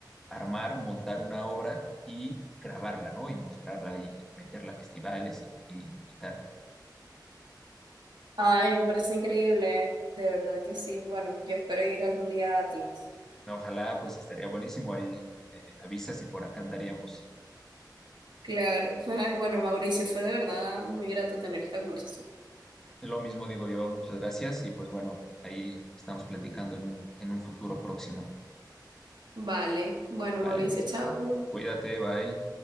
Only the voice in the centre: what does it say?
armar, montar una obra y grabarla, ¿no? Y mostrarla y meterla a festivales y, y y tal.
No, Ojalá, pues estaría buenísimo ahí, eh, avisas y por acá andaríamos.
Lo mismo digo yo, muchas gracias y pues bueno, ahí estamos platicando en un, en un futuro próximo.
Vale,
cuídate, bye.